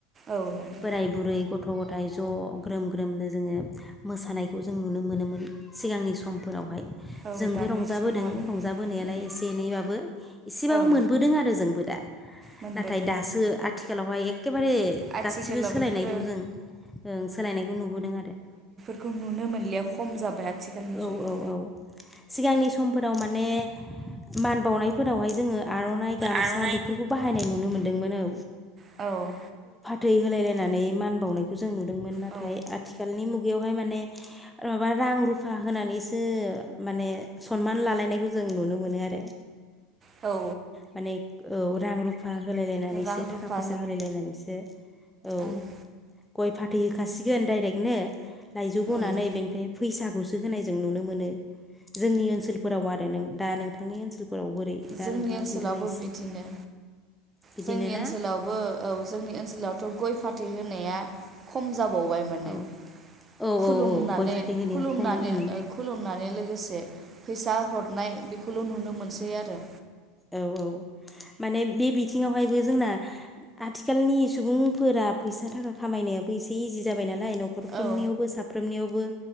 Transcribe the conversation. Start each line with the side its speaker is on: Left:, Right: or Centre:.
Right: औ लायो
Centre: बोराय बुरै। गथ गथायाइ ज ग्रोम ग्रोमनो जोङो। मोसानायखौ जों नुनो मोनोमोन सिगांनि समफोरावहाय
Right: औ
Centre: जोंबो
Right: दानि
Centre: रंजाबोदों
Right: समाव आरो
Centre: रंजाबोनायालाय
Right: उम
Centre: एसे एनैबाबो एसेबाबो
Right: ओं
Centre: मोनबोदों आरो जोंबो दा
Right: मोनबोदों
Centre: नाथाय दासो आथिखालावहाय एखेबारे
Right: आथिखालाव
Centre: गासिबो सोलायनायखौ
Right: बेफोरो
Centre: जों ओं सोलायनायखौ नुबोदों आरो
Right: खौ नुनो मोनलिया खम जाबाय आथिखाल
Centre: औ
Right: जुग आव
Centre: औ औ सिगांनि समफोराव माने मान बावनायफोरावहाय जोङो आर'नाइ गामसा
Right: आर'नाइ
Centre: बेफोरखौ बाहायनाय नुनो मोनदोंमोन औ
Right: औ
Centre: थै होलाय लायनानै मान बावनायखौ जों नुदोंमोन नाथाय
Right: औ
Centre: आथिखालनि मु बेयाव हाय माने ओ माबा रां रुफ रुफा होनानैसो माने सनमान लालायनायखौ जों नुनो मोनो आरो
Right: औ
Centre: माने औ रां रु फा होलाय लायनानैसो
Right: रां
Centre: थाखा
Right: रुफा
Centre: फैसा होलाय लायनानैसो औ
Right: ओं
Centre: गय फाथ दै होखासिगोन डाइरेक्ट नो लायजौ बननानै
Right: उम
Centre: बेनिफ्राय फैसा खौसो होनाय जों नुनो मोनो जोंनि ओनसोलफोराव आरो दा नोंथांनि ओनसोल फोराव बोरै दा
Right: जोंनि
Centre: नोंथाङा
Right: ओनसोलावबो
Centre: खिन्थालाय एसे
Right: बिदिनो
Centre: बिदिनो
Right: जोंनि ओनसोलावबो
Centre: ना
Right: औ जोंनि ओनसोलावथ' गय फाथै होनाया खम जाब बाव बाय माने
Centre: औ औ
Right: खुुलुमनानै
Centre: औ औ गय फाथै होनाया
Right: खुलुमनानै
Centre: खम उम
Right: ओ खुलुमनानै लोगोसे बे फैसा हरनाय बेखौल' नुनो मोनसै आरो।
Centre: औ औ माने बे बिथिङावहायबो जोंना आथिखालनि सुबुंफोरा फैसा थाखा खामायनायाबो एसे इजि जाबाय नालाय। लाय न'खरफ्रोमनियावबो
Right: औ
Centre: साफ्रोमनियावबो।